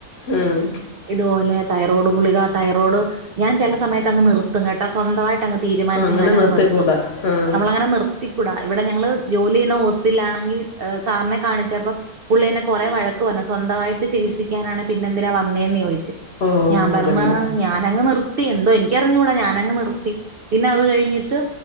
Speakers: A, on the left; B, on the right.
A: ഉം
B: ഇതുപോലെ തൈറോഡ് ഗുളിക തൈറോഡ് ഞാൻ ചില സമയത്ത് അങ് നിർത്തും കേട്ട സ്വന്തമായിട്ട് ങ് തീരുമാിച്ച്
A: അങ്ങനെ
B: ഞാൻ അങ്ങ്
A: നിർത്തിക്കൂടാ
B: നിർത്തും
A: ആഹ്
B: നമ്മൾ അങ്ങനെ നിർത്തിക്കൂട ഇവിടെ ഞങ്ങള്ൾ ജോലി ചെയ്യുന്ന ഹോസ് പ്പിലാണെങ്കിസാറിനെ കാണിച്ചപ്പം പുള്ളി എന്നെ കൊറെേ വഴക്ക് പറഞ്ഞു. സ്വന്തമായിട്ട് ചികിത്സിക്കാനാണെങ്കി പിന്നെന്തിനാ വന്നേന്ന് ചോദിച്ചു
A: ഓഹ്
B: ഞാൻ പർണ്
A: അതല്ലേ
B: ഞാനങ്ങ് നിർ ത്തി എന്തോ എനിക്കറിഞ്ഞൂടാ ഞാനങ്ങ് നിർത്തി പിന്നെ അത് കഴിഞ്ഞിട്ട്